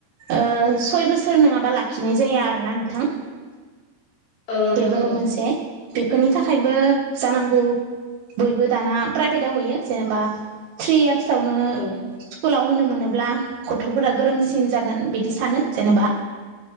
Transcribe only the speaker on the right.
ओ सय बोसोर नङाबा लाखिनाय जाया आरोना नोंथां
बेबो
मोनसे बेफोरनि थाखायबो जानांगौ बयबो दाना प्राइभेटआव होयो जेनेबा थ्रि इयार्सावनो
स्कुलाव होनो मोनो ब्ला गथ'फोरा गोरोंसिन जागोन बिदि सानो जेनेबा